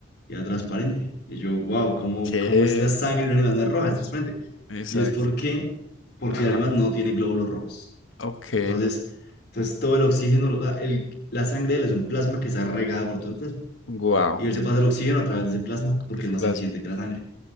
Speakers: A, on the left; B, on the left.
A: y era transparente. Y yo, wow, ¿cómo,
B: ¿Qué?
A: cómo es la sangre de un animal? No es roja, es transparente.
B: Exacto.
A: Y es porque, porque
B: Ajá.
A: el animal no tiene glóbulos rojos.
B: Ok.
A: Entonces, entonces todo el oxígeno, lo- el, la sangre de él es un plasma que está regada por todo el cuerpo.
B: Wow.
A: Y él se pasa el oxígeno a través de ese plasma porque
B: ese
A: es más
B: plasma.
A: eficiente que la sangre.